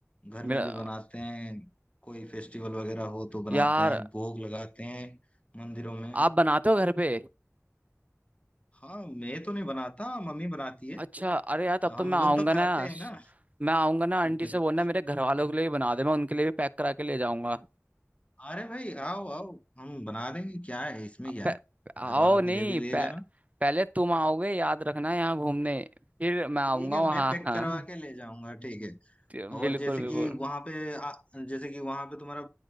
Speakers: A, on the left; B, on the right.
A: घर
B: मेरा
A: में भी बनाते हैं कोई फेस्टिवल वगैरह हो तो बनाते
B: यार
A: हैं भोग लगाते हैं मंदिरों में
B: आप बनाते हो घर पे
A: हाँ मैं तो नहीं बनाता मम्मी बनाती है
B: अच्छा अरे यार तब
A: हम
B: तो मैं आऊंगा
A: लोग तो खाते
B: ना
A: हैं ना
B: मैं आऊंगा ना आंटी
A: <laughs>
B: से बोलना मेरे घर वालों के लिए भी बना दे मैं उनके लिए भी पैक करा के ले जाऊंगा
A: अरे भाई आओ आओ हम बना देंगे क्या है इसमें क्या
B: पे-
A: है
B: आओ
A: घर वालों
B: नहीं
A: के लिए भी ले
B: पे,
A: जाना
B: पहले तुम आओगे याद रखना यहाँ घूमने फिर मैं आऊंगा
A: ठीक है
B: वहाँ
A: मैं पैक
B: <laughs> हाँ,
A: करवा के ले जाऊंगा ठीक है
B: बिल्कुल
A: और जैसे
B: बिल्कुल
A: कि वहां पे आ- जैसे कि वहां पे तुम्हारा